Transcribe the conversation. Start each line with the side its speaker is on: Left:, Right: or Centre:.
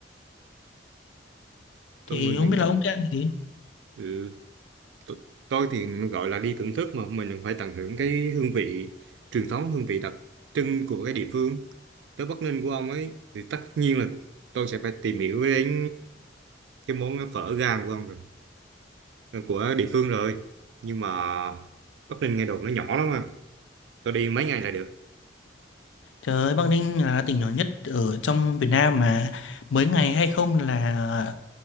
Right: tôi
Left: thì
Right: người miền
Left: không biết là
Right: Trung
Left: ông thích ăn cái gì.
Right: ừ, T- tôi thì gọi là đi thưởng thức mà mình phải tận hưởng cái hương vị truyền thống hương vị đặc trưng của cái địa phương tới Bắc Ninh của ông ấy thì tất nhiên là tôi sẽ phải tìm hiểu đến cái món phở gang của ông rồi ờ, của địa phương rồi nhưng mà Bắc Ninh nghe đồn nó nhỏ lắm mà tôi đi mấy ngày là được
Left: Trời ơi, Bắc Ninh là tỉnh nhỏ nhất ở trong Việt Nam mà mới ngày hay không là